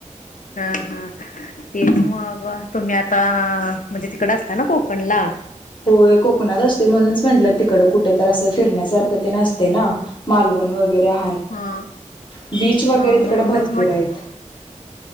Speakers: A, on the left (about 80°); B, on the left (about 35°).
A: हा- हा तेच मग तुम्ही आता म्हणजे तिकड असता याना कोकणला
B: होय कोकणात असते म्हणूनच म्हटलं तिकड कुठ तर असं फिरण्यासारखं ते असते ना, मालवण वगैरे
A: हा
B: बीच वगैरे
A: हा म्हणूनच
B: तिकड भरपूर
A: म्हट
B: आहेत.